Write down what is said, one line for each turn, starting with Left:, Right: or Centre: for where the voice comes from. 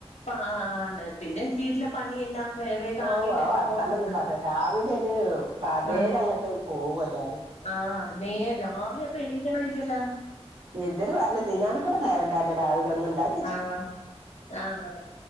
Left: ആഹ് ആഹ് ആണ് പിന്നെ വീട്ടിലെ പണിയെല്ലാം വേ വേഗം
Right: ഓഹ്
Left: ആക്കിയിട്ടല്ലേ
Right: ആ വർത്താനൊന്നും
Left: പോകാൻ പറ്റു.
Right: പറയെണ്ടാ രാവിലെ ഒരു കഥേലങ്ങട്ട്
Left: ആഹ്
Right: പോവെല്ലാരും
Left: ആഹ് നേര് രാവിലെ അപ്പ എന്നീക്കണമായിരിക്കുവല്ലോ
Right: എന്തിര് പറഞ്ഞ് തിന്നാനും കൂടെ നേരം ഇണ്ടാവില്ല രാവിലെ ഒന്നും ഇണ്ടാക്കി
Left: ആഹ് ആഹ്